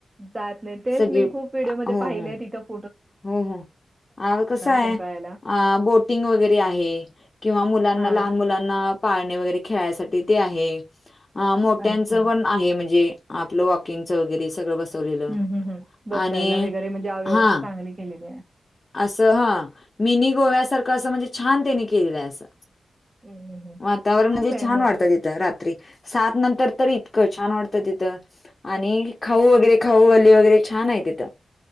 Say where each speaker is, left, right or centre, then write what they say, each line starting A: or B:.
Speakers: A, on the right; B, on the left.
A: जात नाही. तेच
B: सगळी
A: मी खूप व्हिडिओमध्ये
B: हो
A: पाहिले
B: हो
A: आहेत तिथ.
B: हो हो आग कस आहे.
A: रंकाळ्याला.
B: अ बोटिंग वगैरे आहे. किंवा मुलांना
A: हा
B: लहान मुलां - ना पाळणे वगैरे खेळासाठी ते आहे आ मोठ्यांच
A: अच्छा
B: पण आहे म्हणजे आपलं वॉकिंगचं वगैरे सगळं बसवलेलं
A: हम्म हम्म हम्म बसायला
B: आणि
A: वगैरे म्हणजे
B: हां --
A: <unintelligible> केलेली आहे.
B: असं हा मिनी गोव्यासारखं असं म्हणजे छान त्यांनी केलेलं आहे असं.
A: हम्म हम्म हम्म
B: वातावरण
A: चांगलंय
B: म्हणजे छान
A: हो
B: वाटतं तिथ. त रात्री सात नंतर तर इतकं छान वाटत तिथ आणि खाऊ वगैरे खाऊ गल्ली वगैरे छान आहे तिथं.